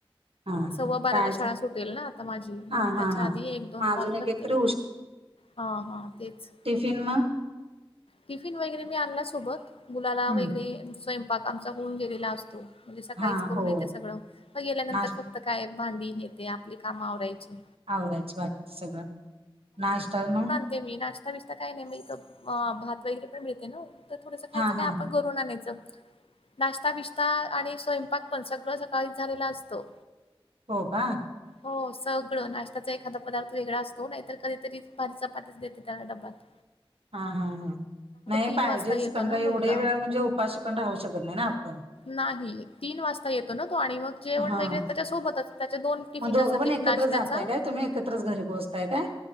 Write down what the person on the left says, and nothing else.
सव्वा बाराला
शाळा
सुटेल ना आता माझी मग
त्याच्या
आधी एक दोन
कॉल
करते.
हा हा तेच
टिफिन वगैरे मी आणला सोबत मुलाला
वगैरे स्वयंपाक आमचा होऊन गेलेला असतो. म्हणजे सकाळीच
करून
येते सगळं मग गेल्यानंतर
फक्त- काय भांडी न येते आपली काम आवरायची.
ते मी नाश्ता बिस्ता काय नाही मग भात वगैरे पण मिळते ना. तर थोडंसं खायचं
काय आपण
घरून आणायचं. नाश्ता बिशता आणि स्वयंपाक पण सगळं सकाळी झालेला असतो.
हो सगळं नाश्याचा एखादा पदार्थ वेगळा असतो, नाहीतर कधीतरी भारी चपातीच देते त्याला डब्ब -
तीन
वाजता येतो
ना
मुलगा
नाही तीन वाजता येतो ना तो आणि मग जेवण
वगैरे त्याच्या सोबतच त्याच्या दोन टिफिन
असतात
एक
नाश्त्याचा